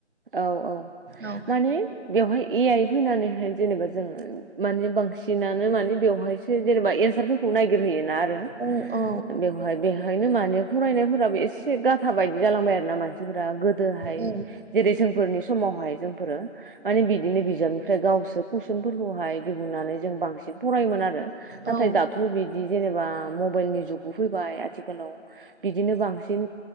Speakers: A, on the right; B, on the right.
A: औ औ
B: औ
A: माने बेवहाय ए आइ फैनानैहाय जेनेबा जों माने बांसिनानो माने बेवहायसो जेनेबा एनसारफोरखौ नायगिर हैयोना आरो
B: औ
A: बेवहाय बेहायनो माने फरायनाय फोराबो एसे गाब थाबायदि जालांबाय आरो ना मानसिफोरा गोदोहाय
B: औ
A: जेरै जोंफोरनि समावहाय जोंफोरो माने बिदिनो बिजाबनिफ्राय गावसो कुइसनफोरखौहाय दिहुननानै जों बांसिन फरायोमोन आरो नाथाय
B: औ
A: दाथ' बिदि जेनेबा मब मबाइलनि जुगबो फैबाय आथिखालाव बिदिनो बांसिन